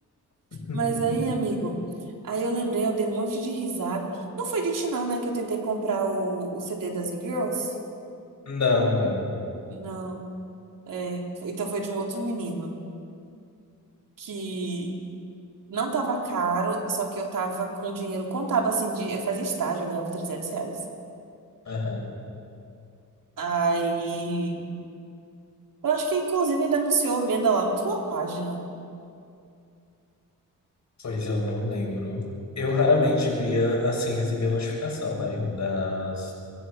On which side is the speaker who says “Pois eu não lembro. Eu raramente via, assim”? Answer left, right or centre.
Left